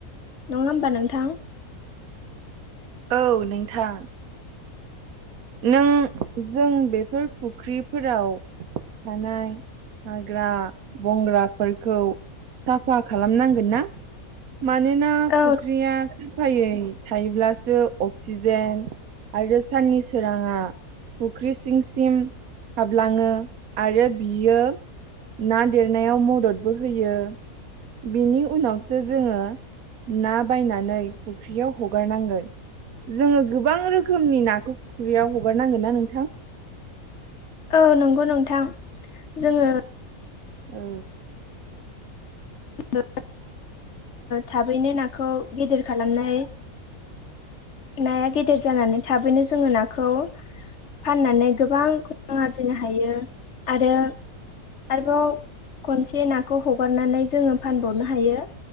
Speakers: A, on the left; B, on the right.
A: नङा होमबा नोंथां
B: औ नोंथां नों जों बेफोर फुख्रिफोराव थानाय हाग्रा बंग्राफोरखौ साफा खालामनांगोन ना? मानोना
A: औ
B: फुख्रिया साफायै थायोब्लासो अक्सिजेन आरो साननि सोरांङा फुख्रि सिंसिम हाबलाङो। आरो बियो ना देरनायाव मददबो होयो। बिनि उनावसो जोंङो। ना बायनानै फुख्रियाव हगारनांगोन जोङो गोबां रोखोमनि नाखौ खुरैयाव हगारनांगोन ना नोंथां
A: औ नंगौ नोंथां जोङो
B: औ
A: <unintelligible> थाबैनो नाखौ गेदेर खालामनाय नाया गेदेर जानानै थाबैनो जोङो नाखौ फाननानै गोबां खरां आरजिनो हायो आरो आरोबाव खनसे नाखौ हगारनानै जोङो फानबावनो हायो।